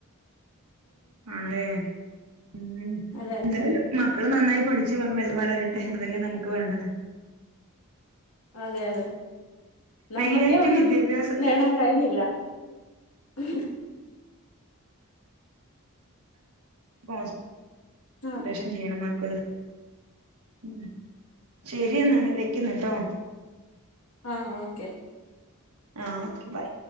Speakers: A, on the right (about 85°); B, on the left (about 75°).
A: ആണല്ലേ ഉം
B: അതെ
A: എന്തായാലും മക്കള് നന്നായി പഠിച്ച് വളരട്ടെ അതല്ലേ നമുക്ക് വേണ്ടത്.
B: അതെ അതെ നമ്മക്കെ
A: മെയിനായിട്ട്
B: ഒന്നും
A: വിദ്യാഭ്യാസത്തില്
B: നേടാൻ കഴിഞ്ഞില്ല ഉം
A: കോൺസ്
B: ആഹ്
A: പ്പേഷൻ ചെയ്യണം മക്കളെടുത് ഉം ശരി എന്നാല് വെക്കുന്ന്ട്ടോ
B: ആഹ് ഓക്കെ
A: ആഹ് ഓക്കെ ബൈ